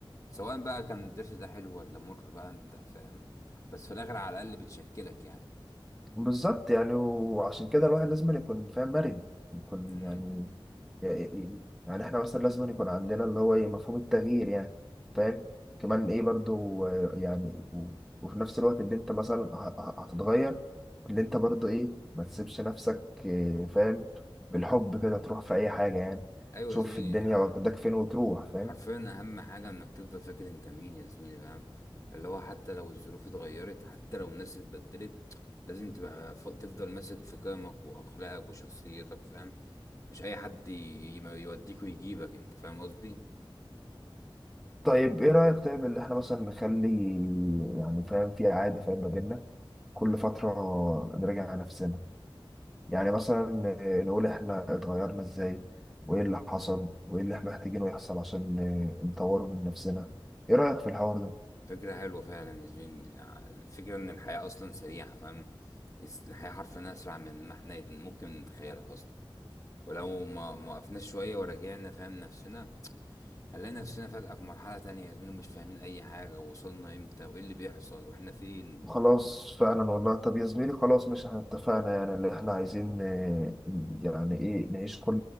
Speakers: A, on the left; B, in the centre.
A: سواء بقى كان الدرس ده حلو ولا مر بقى انت فاهم بس في الاخر على الاقل بتشكلك يعني
B: بالظبط يعني وعشان كده الواحد لازم يكون فاهم مرن يكون
A: امم
B: يعني يعني يعني احنا مثلا لازم يكون عندنا اللي هو ايه مفهوم التغيير يعني فاهم كمان ايه برضو آه، يعني و- وفي نفس الوقت اللي انت مثلا ه- ه- هتتغير اللي انت برضو ايه ما تسيبش نفسك آه، فاهم بالحب كده تروح في اي حاجة يعني
A: ايوه
B: تشوف
A: يا زميلي
B: الدنيا
A: آه،
B: واخدك فين وتروح فاهم
A: حرفيا اهم حاجه انك تفضل فاكر انت مين يا زميلي فاهم اللي هو حتى لو الظروف اتغيرت حتى لو الناس اتبدلت لازم تبقى ف- تفضل ماسك في قيمك واخلاقك وشخصيتك فاهم مش اي حد ي- ي- يوديك ويجيبك انت فاهم قصدي
B: طيب ايه رأيك طيب اللي احنا مثلا نخلي يعني فاهم في عادة فاهم ما بيننا كل فترة نراجع نفسنا يعني مثلا آه، نقول احنا اتغيرنا ازاي وايه اللي حصل وايه اللي احنا محتاجينه يحصل عشان آه، نطوره من نفسنا ايه رأيك في الحوار ده
A: فكره حلوه فعلا يا زميلي الفكره ان الحياه اصلا سريعه فاهم الحياه حرفيا اسرع من ما احنا ممكن نتخيلها اصلا ولو ما ما وقفنا شوية ورجعنا فاهم نفسنا هنلاقي نفسنا فجأة في مرحلة تانية يا زميلي مش فاهمين أي حاجة وصلنا إمتى وإيه اللي بيحصل وإحنا فين
B: خلاص فعلا والله طب يا زميلي خلاص مش احنا اتفقنا يعني اللي احنا عايزين آه، يعني ايه نعيش كل